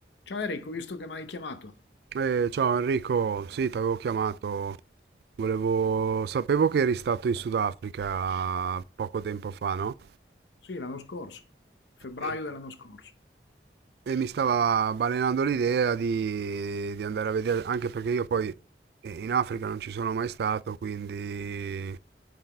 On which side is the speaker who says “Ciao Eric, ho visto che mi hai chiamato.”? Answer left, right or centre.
Left